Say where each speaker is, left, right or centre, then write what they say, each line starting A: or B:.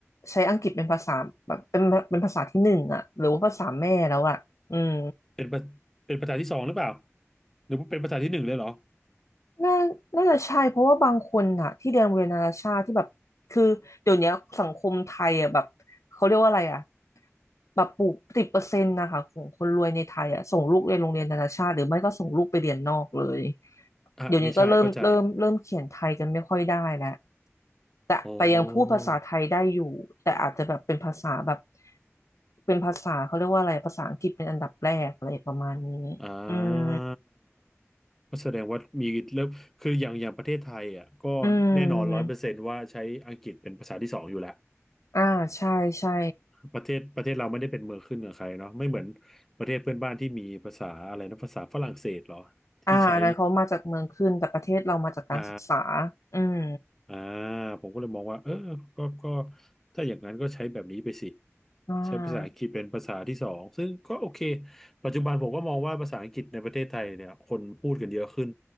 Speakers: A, on the left (about 80°); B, in the centre.
A: ใช้อังกฤษเป็นภาษาแบบเป็นเป็นภาษาที่หนึ่งอ่ะหรือว่าภาษาแม่แล้วอ่ะอืม
B: เป็นประเป็นภาษาที่สองหรือเปล่าหรือเป็นภาษาที่หนึ่งเลยเหรอ
A: น่าน่าจะใช่เพราะว่าบางคนน่ะที่เรียนโรงเรียนนานาชาติที่แบบ คือเดี๋ยวเนี้ยสังคมไทยอ่ะแบบเขาเรียกว่าอะไรอ่ะแบบปลูกติดเปอร์เซ็นต์นะคะของคนรวยในไทยอ่ะส่งลูกเรียนโรงเรียนนานาชาติหรือไม่ก็ส่งลูกไปเรียนนอกเลย
B: อ่าอันนี้ใช่เข้าใจ
A: เดี๋ยวนี้ก็เริ่มเริ่มเริ่มเขียนไทยกันไม่ค่อยได้แล้วแต่แต่ยังพูดภาษาไทยได้อยู่แต่อาจจะแบบเป็นภาษาแบบ
B: โอ้อ
A: เป็นภาษาเขาเรียกว่าอะไรภาษาอังกฤษเป็นอันดับแรกอะไรประมาณนี้
B: อ่า
A: อืม
B: ก็แสดงว่ามีเริ่มคืออย่างอย่างประเทศไทยอ่ะก็แน่นอนร้อยเปอร์เซนต์ว่าใช้อังกฤษเป็นภาษาที่สองอยู่แล้ว
A: อืม อ่าใช่ใช่
B: ประเทศประเทศเราไม่ได้เป็นเมืองขึ้นเหนือใครเนาะไม่เหมือนประเทศเพื่อนบ้านที่มีภาษาอะไรนะภาษาฝรั่งเศสเหรอที่ใช้
A: อ่าอันนั้นเขามาจากเมืองขึ้นแต่ประเทศเรามาจากการศึกษา
B: อ่า
A: อืม
B: อ่าผมก็เลยมองว่าเออก็ก็ถ้าอย่างนั้นก็ใช้แบบนี้ไปสิ
A: อ่า
B: ใช้ภาษาอังกฤษเป็นภาษาที่สองซึ่งก็โอเคปัจจุบันผมก็มองว่าภาษาอังกฤษในประเทศไทยเนี่ยคนพูดกันเยอะขึ้น